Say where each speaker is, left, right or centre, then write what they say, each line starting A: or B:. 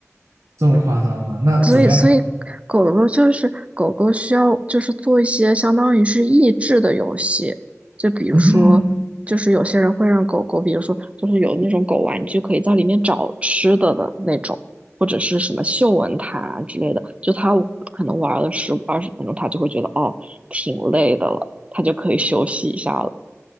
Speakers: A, on the right; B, on the right.
A: 这么夸张吗？那怎么样？
B: 所以，所以狗狗就是狗狗需要就是做一些相当于是益智的游戏，就比如说，
A: 嗯，
B: 就是有些人会让狗狗，比如说就是有那种狗玩具可以在里面找吃的的那种，或者是什么嗅闻毯啊之类的，就它可能玩了十二十分钟，它就会觉得哦挺累的了，它就可以休息一下了。